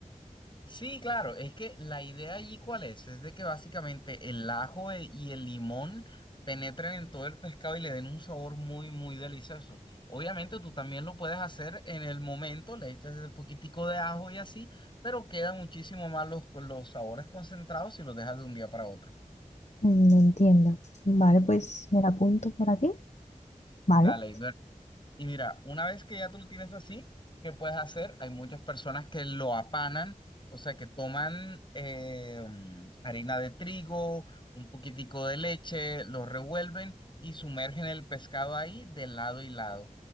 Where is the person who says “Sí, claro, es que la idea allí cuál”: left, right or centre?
Left